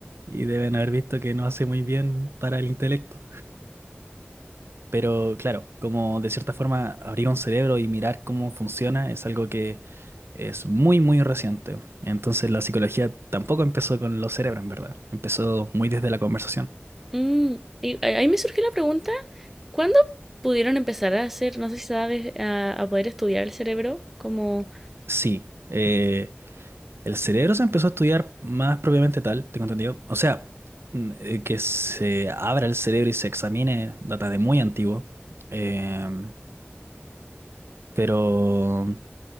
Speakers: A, on the right; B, in the centre.
A: y deben haber visto que no hace muy bien para el intelecto. Pero claro, como de cierta forma abrir un cerebro y mirar cómo funciona es algo que es muy, muy reciente. Entonces la psicología tampoco empezó con los cerebros, en verdad. Empezó muy desde la conversación.
B: Mm, y a- ahí me surgió la pregunta, ¿cuándo pudieron empezar a hacer, no sé si sabes, a, a poder estudiar el cerebro como
A: Sí, eh, el cerebro se empezó a estudiar más propiamente tal, tengo entendido. O sea, mm, eh, que se abra el cerebro y se examine data de muy antiguo. Em, pero